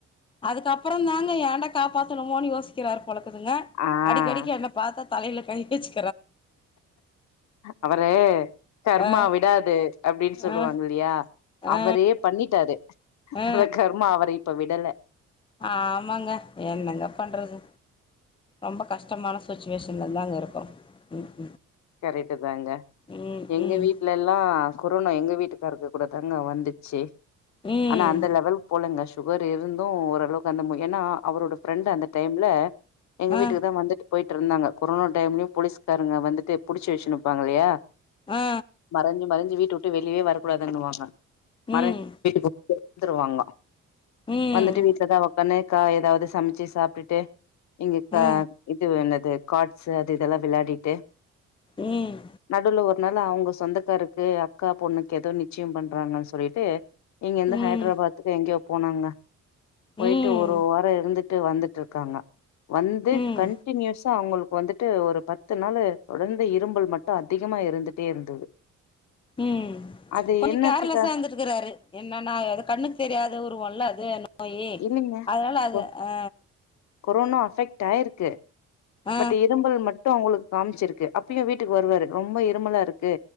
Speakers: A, on the left; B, on the left.
A: அதுக்கப்புறந்தாங்க ஏண்டா காப்பாத்துனமோன்னு யோசிக்கிறாரு போல இருக்குதுங்க
B: ஆ.
A: அடிக்கடிக்கி என்ன பாத்தா தலைல கை வச்சு
B: அவரு கர்மா
A: ஆ
B: விடாது அப்டின்னு சொல்லுவாங்க
A: ஆ
B: இல்லையா
A: ஆ
B: அவரே பண்ணிட்டாரு
A: ஆ
B: அத கர்மா அவர இப்ப விடல
A: ஆமாங்க என்னங்க பண்றது ரொம்ப கஷ்டமான சுச்சுவேஷன்ல தாங்க இருக்குறோ ம்
B: கரெக்ட்டுதாங்க
A: ம்
B: எங்க
A: ம்
B: வீட்ல எல்லா கொரோனா எங்க வீட்டுக் கார்ருக்கு கூடதாங்க வந்துச்சு
A: ம் ம்
B: ஆனா அந்த லெவல் போலங்க சுகர் இருந்து ஓரளவுக்கு அந்த ம ஏன்னா அவரோட ஃபிரெண்ட் அந்த டைம்ல எங்க வீட்டுக்குதா
A: ஆ
B: வந்துட்டு போயி ட்ருந்தாங்க கொரோனா டைம்லயு போலீஸ்காரங்க வந்துட்டு புடிச்சு வச்சுனு இருப்பாங்க இல்லயா
A: ஆ
B: மறைஞ்சு மறைஞ்சு வீட் ட விட்டு வெளியவே வரக்கூடாதுன்னுவாங்க மறைஞ்
A: ம்
B: <inaudible> வந்துருவாங்க
A: ம்
B: வந்துட்டு வீட்லதா ஒக்காந்து காய் எதாவது சமைச்சு சாப்ட்டுட்டு இங்க கா
A: ஆ
B: இது என்னது கார்ட்ஸு அது இது எல்லா விளையாடி ட்டு
A: ம்
B: நடுவுல ஒரு நாள் ல அவங்க சொந்தக்கார்ருக்கு அக்கா பொண்ணுக்கு எதோ நிச்சயம் பண்றாங்கன்னு சொல்லிட்டு இங்கிருந்து
A: ம்
B: ஹைட்ராபாத்துக்கு எங்கயோ போனாங்க போயிட்டு
A: ம்
B: ஒரு வாரோ இருந்து ட்டு வந்துட்ருக்காங்க வந்து
A: ம்
B: கன்டினியூஸா அவங்களு க்கு வந்துட்டு ஒரு பத்து நாளு தொடர்ந் து இரும்பல் மட்டு அதிகமா இருந்துட்டே இருந்தது.
A: உம்
B: அது
A: கொஞ்ச
B: என்னத்துக்கா
A: கேர்லெஸ்ஸா இருந்துட்ருக்கிறாரு என்னன்னா அது கண்ணுக்கு தெரியாத உருவம்ல அது அந்த நோயி
B: இல்லைங்க
A: அதனால அது
B: கொ
A: ஆ
B: கொரோனா அஃபெக்ட் ஆயிருக்கு
A: ஆ
B: பட் இரும்பல் மட்டு அவங்களுக் காமிச்சிருக்கு அப்பயு வீட்டுக்கு வருவாரு ரொம்ப இருமலா இருக்கு